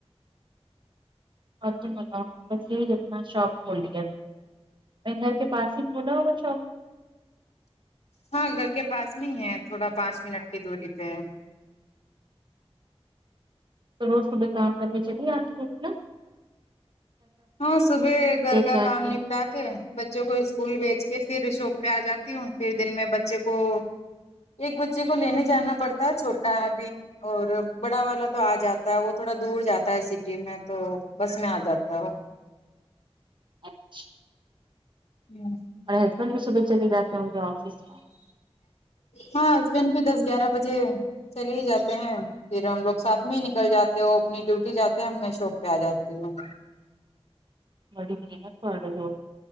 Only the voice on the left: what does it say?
ہاں گھر کے پاس نہیں ہے تھوڑا پانچ منٹ کی دوری پہ ہے
ہاں صبح گھر
کا
کام
نیپ اٹا کے بچوں کو اسکول بھیج کے پھر شاپ پہ آ جاتی ہوں پھر دن میں بچے کو ایک بچے کو لینے جانا پڑتا ہے چھوٹا ہے ابھی اور بڑا والا تو آ جاتا ہے وہ تھوڑا دور جاتا ہے سٹی میں تو بس میں آ جاتا ہے وہ
ہمم
ہاں ہسبینڈ بھی دس گیارہ بجے چلے ہی جاتے ہیں پھر ہم لوگ ساتھ میں ہی نکل جاتے اپنی ڈیوٹی جاتے ہیں ہم میں شوپ پہ آ جاتی ہوں